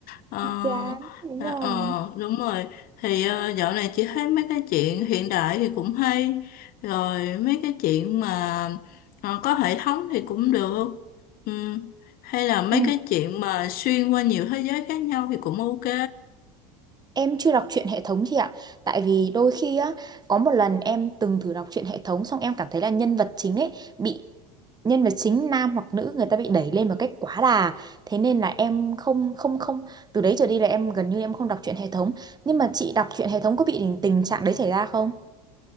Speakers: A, on the left; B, on the right.
A: Ờ,
B: bị chán đúng
A: ờ,
B: rồi
A: ờ, đúng rồi thì ờ, dạo này chị thấy mấy cái chuyện hiện đại thì cũng hay rồi mấy cái chuyện mà ờ, có hệ thống thì cũng được ừ. Hay là mấy
B: Ừ.
A: cái chuyện mà xuyên qua nhiều thế giới khác nhau thì cũng ok
B: Em chưa đọc truyện hệ thống chị ạ Tại vì đôi khi á Có một lần em từng thử đọc truyện hệ thống Xong em cảm thấy là nhân vật chính ấy Bị nhân vật chính nam hoặc nữ người ta bị đẩy lên một cách quá đà thế nên là em không không không từ đấy trở đi là em gần như em không đọc truyện hệ thống nhưng mà chị đọc truyện hệ thống có bị tình tình trạng đấy xảy ra không